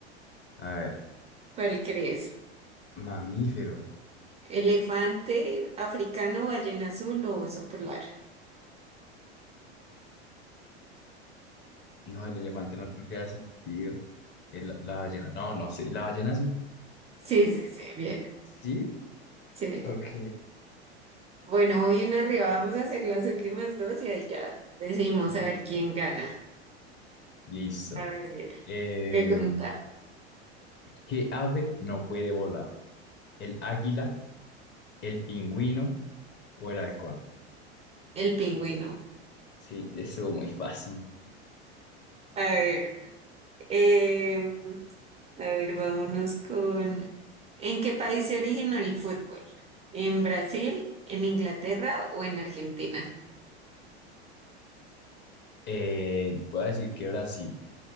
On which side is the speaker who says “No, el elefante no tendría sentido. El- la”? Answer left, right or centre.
Left